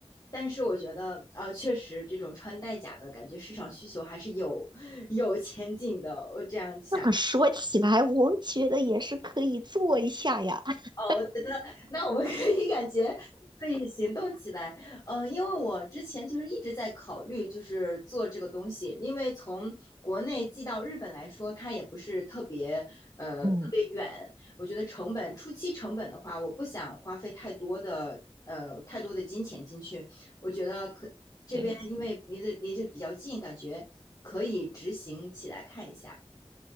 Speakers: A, on the left (about 40°); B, on the right (about 45°).
A: 但是我觉得，呃，确实这种穿戴甲的感觉市场需求还是有 <laughs> 有前景的，我这样想。
B: 那么说起来，我觉得也是可以做一下呀。<laughs>
A: 哦，我觉得那我们 <laughs> 可以感觉可以行动起来。嗯、因为我之前就是一直在考虑，就是做这个东西，因为从国内寄到日本来说，它也不是特别呃特别远。
B: 嗯。
A: 我觉得成本初期成本的话，我不想花费太多的呃太多的金钱进去。我觉得可这边因为离得离这比较近，
B: 对。
A: 感觉可以执行起来看一下。